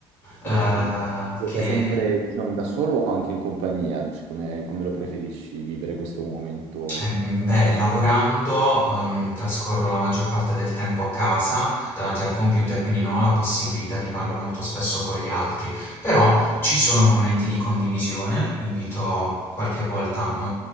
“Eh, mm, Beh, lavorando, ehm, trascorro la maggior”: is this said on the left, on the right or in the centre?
Left